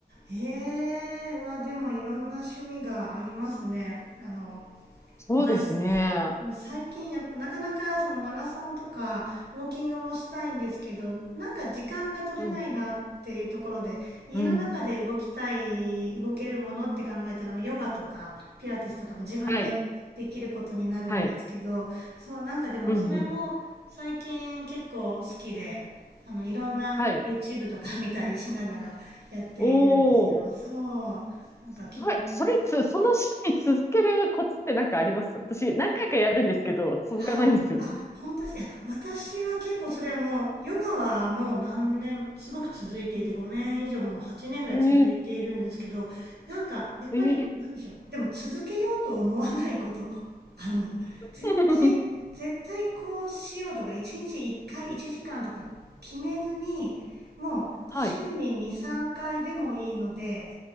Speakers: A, on the right; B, on the left.
A: ええはでもいろんな趣味がありますね。あの、
B: そうですね。
A: 私、もう最近やっぱなかなかそのマラソンとかウォーキングもしたいんですけどなんか時間が取れないなっていうところで家の中で動きたい動けるものって考えたらヨガとかピラティスとかも自分で
B: うん、うん。はい、
A: できることになるんですけどそうなんかでもそれも最近結構好きであのいろんな
B: はい。うん、うん。はい。
A: YouTube とか見たりしながらやっているんですよ。
B: おー。
A: そうなんか気持ちいい。
B: すごい。それつ、その趣味続けるコツってなんかあります私、何回かやるんですけど、続かないんですよ。
A: はい。あ、本当ですか。いや、私は結構それはもう、ヨガはもう何年、すごく続いていて、5年以上もう8年ぐらい続いているんですけど、
B: ええ
A: なんか、やっぱり、
B: ええ
A: なんでしょう。でも続けようと思わないこと。<laughs> あの、
B: <laughs>
A: 絶対、絶対こうしようとか、1日1回、1時間とか決めずに、もう週に2、
B: はい。
A: 3回でもいいので、